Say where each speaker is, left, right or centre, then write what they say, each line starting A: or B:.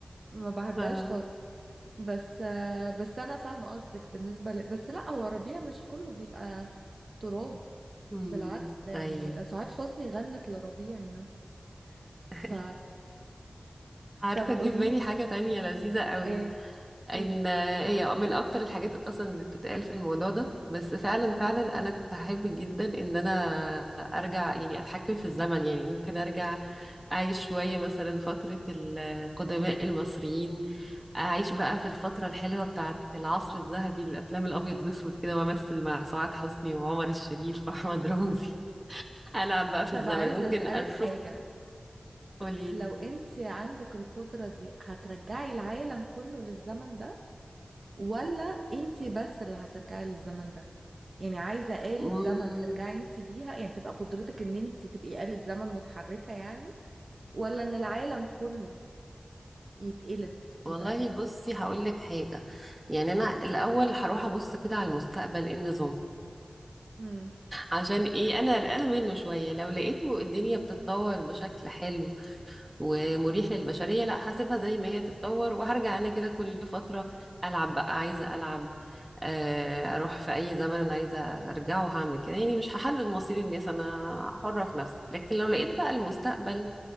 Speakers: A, on the right (about 75°); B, on the right (about 30°).
A: ما بحبهاش
B: آه.
A: خالص بس آه، بس انا فاهمه قصدك بالنسبه ل... بس لا هو ربيع مش كله بيبقى تراب
B: أمم،
A: بالعكس ده يعني
B: ايوه
A: ده سعاد حسني غنت لربيع يعني
B: <laughs>
A: ف
B: عارفة
A: طب قوليلي
B: جه في بالي حاجة تانية لذيذة قوي
A: ايه
B: ان
A: ايه
B: هي من اكتر الحاجات اصلا اللي بتتقال في الموضوع ده بس فعلا فعلا انا كنت هحب جدا ان انا ارجع يعني اتحكم في الزمن يعني ممكن ارجع اعيش شوية مثلا فترة القدماء المصريين اعيش بقى في الفترة الحلوة بتاعة العصر الذهبي للافلام الابيض واسود كده وامثل مع سعاد حسني وعمر الشريف واحمد رمزي <laughs> العب بقى في
A: طب
B: الزمن
A: عايزه
B: ممكن
A: اسالك
B: اشوف
A: حاجه
B: قوليلي
A: لو انت عندك القدره دي هترجعي العالم كله للزمن ده ولا انت بس اللي هترجعي للزمن ده يعني عايزه آلة
B: امم
A: زمن ترجعي انت بيها يعني تبقى قدرتك ان انت تبقي آلة زمن متحركه يعني ولا ان العالم كله يتقلب يبقى
B: والله
A: كده
B: بصي هقول لك حاجه يعني انا الاول هروح ابص كده على المستقبل ايه النظام
A: مم.
B: عشان ايه انا قلقانه منه شويه لو لقيته الدنيا بتتطور بشكل حلو ومريح للبشريه لا هسيبها زي ما هي تتطور وهرجع انا كده كل فتره العب بقى عايزه العب آه، اروح في اي زمن انا عايزه ارجعه هعمل كده يعني مش هحدد مصير الناس انا حره في نفسي لكن لو لقيت بقى المستقبل